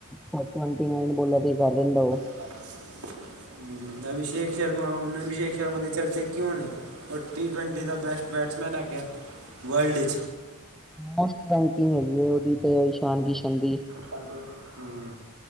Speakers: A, in the centre; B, on the right (about 75°).
A: ਟਵੰਟੀ ਨਾਈਨ ਬੋਲਾ ਤੇ ਕਰ ਦਿਦਾ ਉਹ
B: ਹੂੰ, ਅਭਿਸ਼ੇਕ ਸ਼ਰਮਾ ਹੁਣ ਅਭਿਸ਼ੇਕ ਸ਼ਰਮਾ ਦੇ ਚਰਚੇ ਕਿਉ ਨੇ? ਉਹ ਟੀ ਟਵੈਂਟੀ ਦਾ ਬੈਸਟ ਬੈਟਸਮੈਨ ਹੈਗਾ ਵਲਡ ਵਿਚ।
A: ਮਸਤ ਬੈਟਿੰਗ ਹੈਗੀ ਹੈ ਉਹਦੀ ਤੇ ਇਸ਼ਾਨ ਕਿਸ਼ਨ ਦੀ।
B: ਕਦ ਹੂੰ